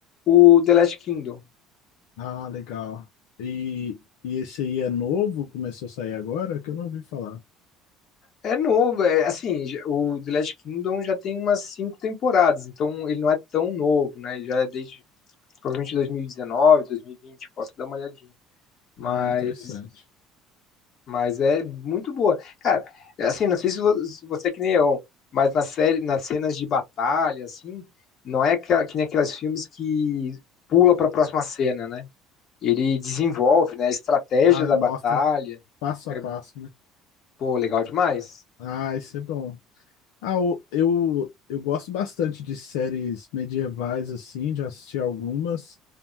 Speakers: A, on the left (about 50°); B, on the left (about 75°).
A: o The Last Kingdom.
B: Ah, legal. E, e esse aí é novo? Começou a sair agora? Que eu não ouvi falar.
A: É novo, é, assim, o The Last Kingdom já tem umas cinco temporadas, então ele não é tão novo, né? Já é desde provavelmente 2019, 2020, posso dar uma olhadinha. Mas,
B: Ah, interessante.
A: mas é muito boa. Cara, é assim, não sei se vo- se você é que nem eu, mas na série, nas cenas de batalha, assim, não é aquela- que nem aqueles filmes que pula para a próxima cena, né? Ele desenvolve, né, a estratégia
B: Ah,
A: da
B: ele mostra
A: batalha.
B: passo
A: É,
B: a passo, né?
A: pô, legal demais.
B: Ah, isso é bom. Ah, eu, eu, eu gosto bastante de séries medievais, assim, já assisti algumas.